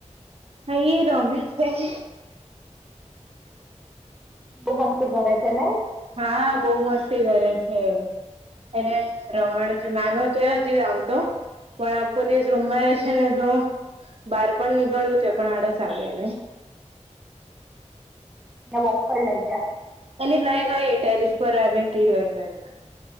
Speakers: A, on the right; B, in the centre.
A: હાઈ, રોમેશ ભાઈ.
B: બહુ મસ્તી કરે છે ને
A: હા, બહુ મસ્તી કરે છે. એને રમાડું છું, નાનો છે, હજી આમ તો. પણ આખો દિવસ રૂમમાં રહે છે ને, તો બહાર પણ નીકળવું છે, પણ આડસ આવે ને.
B: વોપર લઈ જા.
A: એ લઈ ગઈ, ટેરેસ પર એરય ને એ.